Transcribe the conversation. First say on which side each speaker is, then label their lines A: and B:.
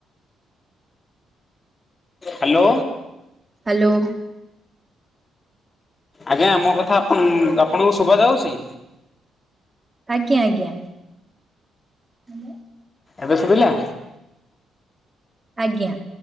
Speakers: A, on the left (about 30°); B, on the right (about 20°).
A: Hello
B: hello.
A: ଆଜ୍ଞା ଆମ କଥା ଆପଣଙ୍କୁ ଶୁଭା ଯାଉଛି?
B: ଆଜ୍ଞା ଆଜ୍ଞା। ହାଲୋ।
A: ଏବେ ଶୁବିଲା
B: ଆଜ୍ଞା।